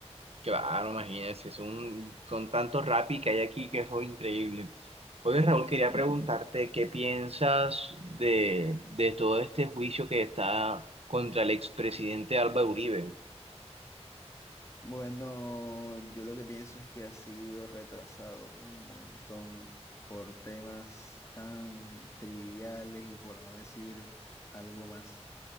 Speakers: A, on the right (about 60°); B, on the left (about 25°).
A: Claro, imagínense, son, son tantos rapis que hay aquí que eso es increíble. Oye, Raúl, quería preguntarte qué piensas de, de todo este juicio que está contra el expresidente Álvaro Uribe.
B: Bueno, yo lo que pienso es que ha sido retrasado un montón por temas tan triviales y por no decir algo más.